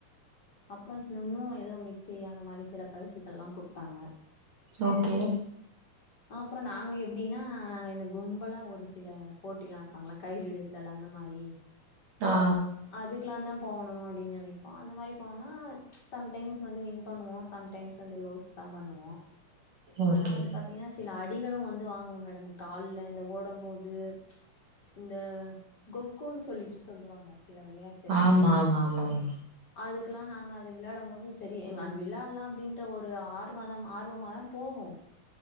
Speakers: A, on the left; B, on the right.
A: அப்ரோ இன்னு ஏதோ மிக்ஸ் செய்ய சுன்னோ எதோ மிக்ஸ் செய்ய அந்த மாரி சில பரிசுகள் எல்லா குடுத்தாங்க
B: ஓகே
A: அப்ரோ நாங்க எப்டின்னா நாங்க இந்த கும்பெல்லாய ஒரு சில போட்டிலா வப்பாங்களக் கயிறு இழு தல அந்த மாரி
B: தா
A: அதுக்கிலாநம் போனு அப்டின்னு நனைப்போ அந்த மாரி போனா சம்டைம்ஸ் வந்து வின் பண்ணுவோ சம்டைம்ஸ் வந்து லோஸ் தம் பண்ணுவோ
B: ஓகே
A: ஆனா வந்து பாத்தீங்னா சில அடிகளு வந்து வாங்குவ மேடம் கால்ல இந்த ஓடம் போது இந்த கொக்கோன்னு சொல்லிட்டு சொல்லுவாங்க சில விளையாட்
B: ஆமா ஆமா ஆமா ஆமா
A: அதுக்கில்லா நாங்க அது விளையாடம் போது சரி ங் அது விளையாடலாம் அப்டின்ற ஒரு ஆர்வதம் ஆர்வ மாதம் போமோம்